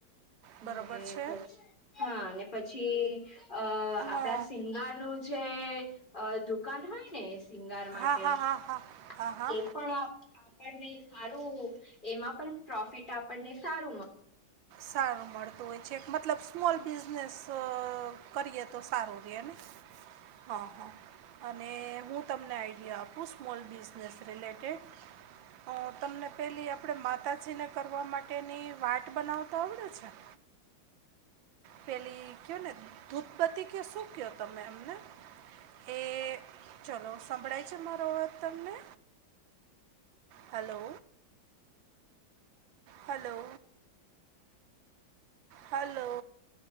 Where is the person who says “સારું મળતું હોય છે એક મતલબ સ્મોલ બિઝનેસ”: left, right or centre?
Right